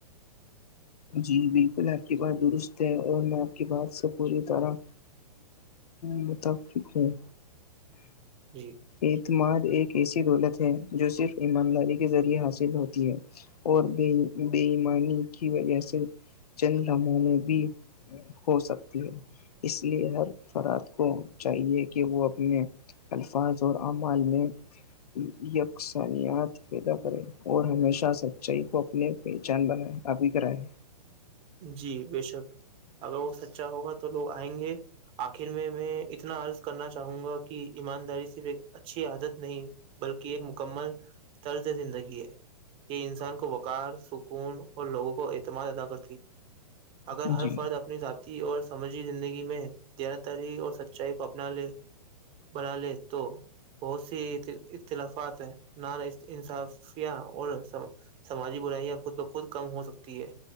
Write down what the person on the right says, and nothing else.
جی
جی بے شک اگر وہ سچا ہوگا تو لوگ آئیں گے آخر میں میں اتنا عرض کرنا چاہوں گا کہ ایمانداری سے اچھی عادت نہیں بلکہ ایک مکمل طرز زندگی ہے یہ انسان کو وقار سکون اور لوگوں کو اعتماد ادا کر اگر
ہر فرد اپنی ذاتی اور سماجی زندگی میں دیانتداری اور سچائی کو اپنا لے بنا لے تو بہت سے اختلافات ہیں نا انصافیاں اور سماجی برائیاں خود بخود کم ہو سکتی ہے